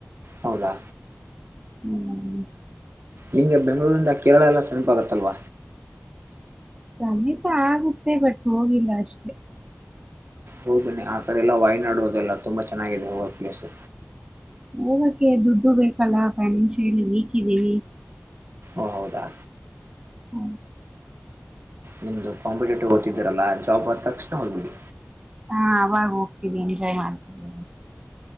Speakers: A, on the right; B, on the right.
A: ಹೌದಾ
B: ಹ್ಮ್.
A: ನಿಮ್ಗೆ ಬೆಂಗಳೂರಿಂದ ಕೇರಳ ಎಲ್ಲ ಸಮಿಪ ಆಗತ್ತಲ್ವ?
B: ಸಮೀಪ ಆಗುತ್ತೆ ಬಟ್ ಹೋಗಿಲ್ಲ ಅಷ್ಟೇ.
A: ಹೋಗ್ಬನ್ನಿ ಆ ಕಡೆ ಎಲ್ಲಾ ವಾಯ್ನಾಡು ಅದೆಲ್ಲ ತುಂಬಾ ಚೆನ್ನಾಗಿದೆ ಹೋಗಕ್ ಪ್ಲೇಸು.
B: ಹೋಗಕ್ಕೆ ದುಡ್ಡು ಬೇಕಲ್ಲ ಫೈನಾನ್ಷಿಯಲಿ ವೀಕ್ ಇದೆ.
A: ಓ ಹೌದಾ.
B: ಹ್ಮ.
A: ನಿಮ್ದು ಕಾಂಪಿಟೇಟಿವ್ ಓದ್ತಿದ್ದೀರಲ್ಲ ಜಾಬ್ ಆದ್ ತಕ್ಷಣ ಹೋಗ್ಬಿಡಿ.
B: ಹಾ ಅವಾಗ ಹೋಗ್ತೀವಿ ಎಂಜಾಯ್ ಮಾಡ್ತಿವಿ.